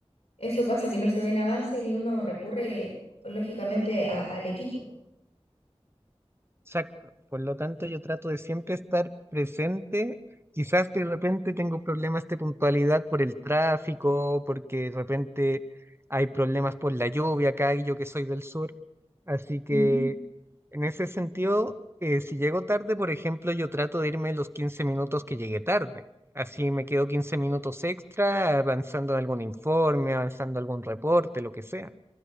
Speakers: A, on the left; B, on the right.
A: Eso pasa, que no se ven avances y uno recurre lógicamente a- al equipo.
B: Exacto. Por lo tanto, yo trato de siempre estar presente. Quizás de repente tengo problemas de puntualidad por el tráfico, porque de repente hay problemas por la lluvia acá y yo que soy del sur. Así que
A: Ujú.
B: en ese sentido, eh, si llego tarde, por ejemplo, yo trato de irme los 15 minutos que llegué tarde. Así me quedo 15 minutos extra avanzando en algún informe, avanzando algún reporte, lo que sea.